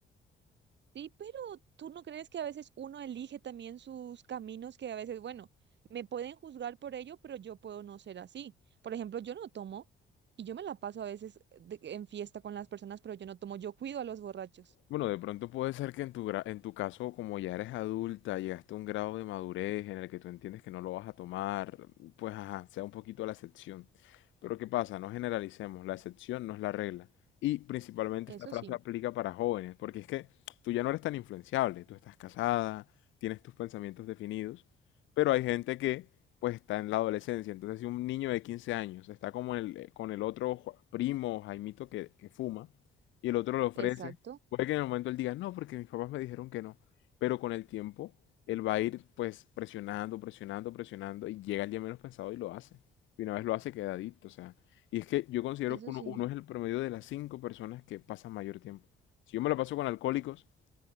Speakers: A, on the right; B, on the left.
A: Sí, pero ¿tú no crees que a veces uno elige también sus caminos que a veces, bueno, me pueden juzgar por ello, pero yo puedo no ser así? Por ejemplo, yo no tomo y yo me la paso a veces de- en fiesta con las personas, pero yo no tomo, yo cuido a los borrachos.
B: Bueno, de pronto puede ser que en tu, gra- en tu caso, como ya eres adulta, llegaste a un grado de madurez en el que tú entiendes que no lo vas a tomar, pues ajá, sea un poquito la excepción. Pero ¿qué pasa? No generalicemos, la excepción no es la regla. Y principalmente
A: Eso
B: esta frase
A: sí,
B: aplica para jóvenes, porque es que tú ya no eres tan influenciable, tú estás casada, tienes tus pensamientos definidos, pero hay gente que pues está en la adolescencia. Entonces, si un niño de 15 años está como el- eh, con el otro jo- primo, Jaimito, que, que fuma, y el otro le ofrece...
A: exacto,
B: Puede que en el momento él diga, no, porque mis papás me dijeron que no. Pero con el tiempo, él va a ir pues presionando, presionando, presionando y llega el día menos pensado y lo hace. Y una vez lo hace, queda adicto. O sea, y es que yo considero
A: eso
B: que uno,
A: sí.
B: uno es el promedio de las cinco personas que pasan mayor tiempo. Si yo me lo paso con alcohólicos,